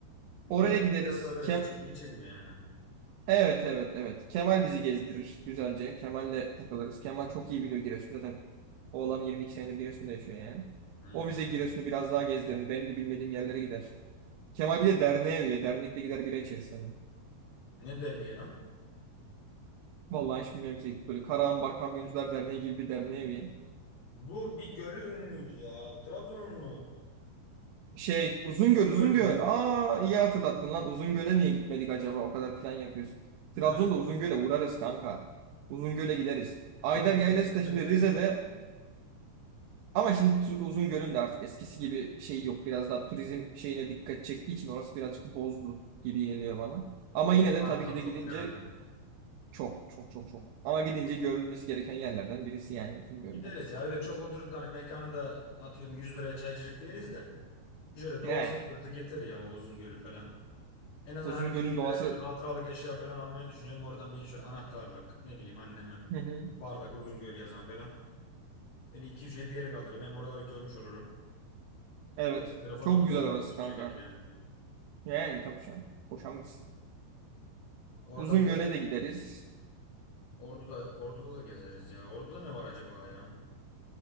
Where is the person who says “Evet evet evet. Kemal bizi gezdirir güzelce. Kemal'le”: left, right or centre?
Right